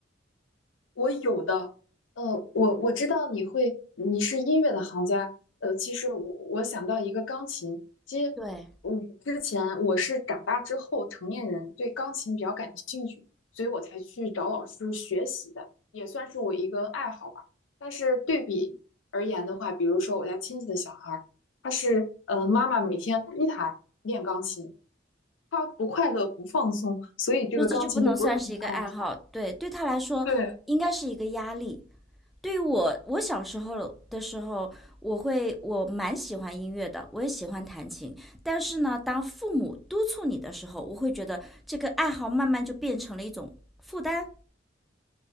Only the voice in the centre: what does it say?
对，
就这就不能算是一个爱好，对，对他来说应该是一个压力。
对于我，我小时候的时候，我会我蛮喜欢音乐的，我也喜欢弹琴。但是呢，当父母督促你的时候，我会觉得这个爱好慢慢就变成了一种负担。